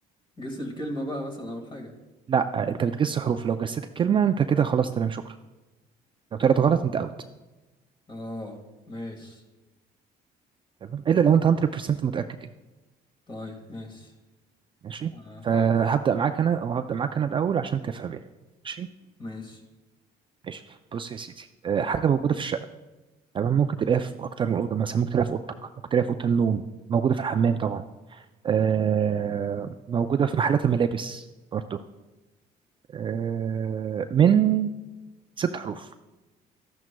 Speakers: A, on the left; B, on the right.
A: جس الكلمة بقى مثلا أول حاجة
B: لا انت بتجس حروف لو جسيت الكلمه انت كده خلاص تمام شكرا لو
A: يبقى
B: طلعت غلط انت اوت
A: اه ماشي
B: تمام الا لو انت 100% متاكد يعني
A: طيب ماشي
B: ماشي
A: هحاول
B: فهبدا معاك انا او هبدا معاك انا الاول عشان تفهم يعني ماشي
A: ماشي
B: ماشي بص يا سيدي أه، حاجه موجوده في الشقه تمام ممكن تلاقيها في اكتر من اوضه مثلا ممكن تلاقيها في اوضتك ممكن تلاقيها في اوضه النوم موجوده في الحمام طبعا أه، موجوده في محلات الملابس برضه آه، من ست حروف